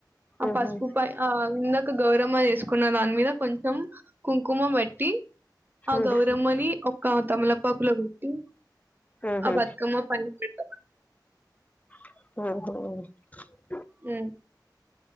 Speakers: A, on the right; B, on the left.
A: ఆ
B: ఉహు ఉహు
A: పసుపు పై ఆ ఉన్న గౌరవ చేసుకున్న దాని మీద కొంచెం కుంకుమ పెట్టి ఆ
B: ఉహు
A: గౌరమ్మని ఓ క తమలపాకు లో పెట్టి
B: ఉహు
A: ఆ బతుకమ్మ పైన పెడతా
B: ఆహా
A: ఉ